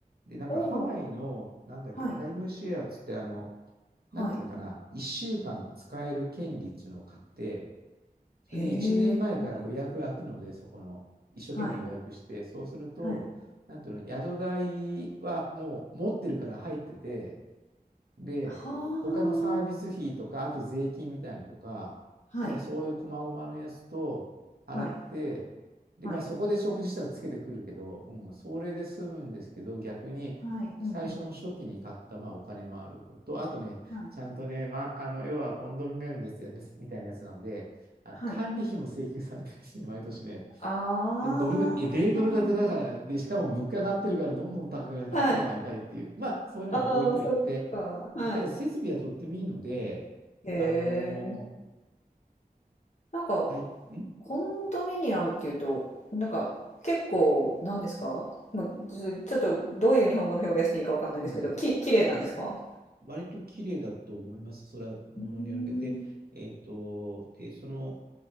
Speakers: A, on the right; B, on the left.
A: で、なんかハワイの、
B: おお、
A: なんだっけ、
B: はい。
A: タイムシェアっつって、あの、
B: はい。
A: なんていうのかな、1週間使える権利っていうのを買って、それで1年前からこう予約が開くので、
B: へえ。はい。
A: そこの、一生懸命予約して、
B: はい。
A: そうすると、
B: はい。
A: なんていうの、宿代はもう持ってるから入ってて、で、
B: は
A: 他のサービスフィーとか、あと税金みたいなのとか、
B: あ。
A: なんかそういう細々のやつと払って、
B: はい。はい、
A: で、
B: はい、
A: まあそこで食事したらつけてくるけど、うん、それで済むんですけど、逆に最初の初期に買ったまあお金もあるのと、
B: はい、うんうん。
A: あとね、
B: はい、
A: ちゃんとね、ま、あの、要はコンドミニアムのやつみたいなやつなので、あの管理費も請求されてるしね、
B: はい。
A: 毎年ね。
B: ああ。
A: え、ドル、え、米ドル建てだから、で、しかも物価が上がってるからどんどん高くなると頭が痛いっていう、
B: はい。
A: まあ、そういうのは置いといて、
B: ああ、そっか。はい。
A: うんただ設備はとってもいいので、
B: へ
A: あの
B: え。なんか、
A: ーはい、ん
B: コンドミニアムっていうと、なんか、結構、なんですかまあ、ちょちょっと、どういう日本語の表現していいかわかんないですけど、
A: うん。
B: き、綺麗なんですか
A: 割と綺麗だと思います。それはものによるけど。
B: うーん。
A: で、えっと、で、その